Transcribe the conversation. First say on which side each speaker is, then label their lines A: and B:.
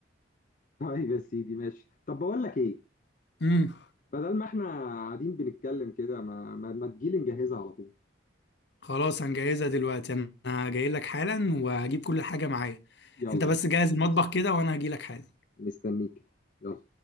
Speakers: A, on the left; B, on the left.
A: <laughs> طيب يا سيدي ماشي طب بقول لك ايه
B: امم
A: بدل ما احنا قاعدين بنتكلم كده ما ما, ما تجيلي نجهزها على طول
B: خلاص هنجهزها دلوقتي انا جاي لك حالا وهجيب كل حاجه معايا
A: يلا
B: انت بس
A: مست-
B: جهز المطبخ كده وانا هجي لك حالا
A: مستنيك يلا